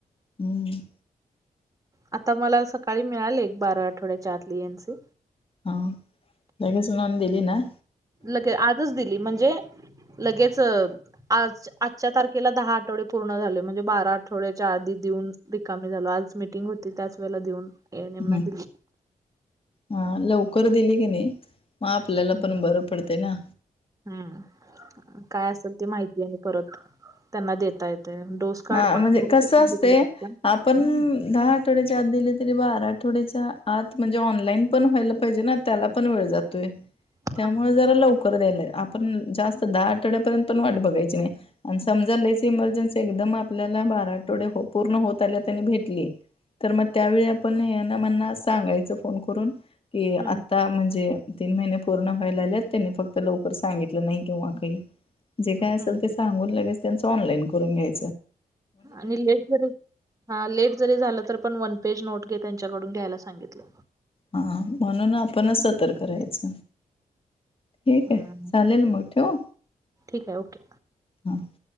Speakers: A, on the left; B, on the right.
A: हम्म.
B: आता मला सकाळी मिळाली एक बारा आठवड्याच्या आतली एन सी.
A: हा लगेच ऑन दिली ना.
B: लगे आजच दिली म्हणजे लगेच अ आज आजच्या तारखेला दहा आठवडे पूर्ण झाले म्हणजे बारा आठवड्याच्या आधी देऊन रिकामी झालो आज मीटिंग होती त्याच वेळेला देऊन ए एन एम
A: हम्म
B: ला दिली.
A: हा लवकर दिली की नाही मग आपल्याला
B: हम्म
A: पण बरं पडतंय ना.
B: हम्म काय असेल ते माहिती आहे परत त्यांना देता येते डोस कार्ड
A: हा
B: पण
A: म्हणजे
B: द्या
A: कसं
B: असं सांगितलं
A: असते
B: फक्त
A: आप पण दहा आठवड्याच्या आत दिली तरी बारा आठवड्याच्या आत म्हणजे ऑनलाईन पण व्हायला पाहिजे ना त्याला पण वेळ जातोय
B: <inaudible>
A: त्यामुळे जरा लवकर द्यायला आप पण जास्त दहा आठवडपर्यंत पण वाट बघायची नाही समजा लईच इमर्जन्सी आ एकदम आपल्याला बारा आठवडे पूर्ण होत आल्या त्यांनी भेटली. तर मग त्यावेळी आपण ना मना सांगायचं फोन करून की
B: हम्म
A: आता म्हणजे तीन महिने पूर्ण व्हायला आलेत त्यांनी फक्त लवकर सांगितलं नाही किंवा काही जे काय असेल
B: हम्म
A: ते सांगून लगेच त्यांचं ऑनलाईन करून घ्याय
B: आणि लेट जरी हा लेट जरी झालं तर पण वन पेज नोट घे त्यांच्याकडून घ्यायला सांगितले.
A: हा म्हणून आपणच, सतर्क राहायच. ठीक
B: हम्म
A: आहे चालेल मग ठेवू
B: ठीक आहे ओके.
A: <inaudible>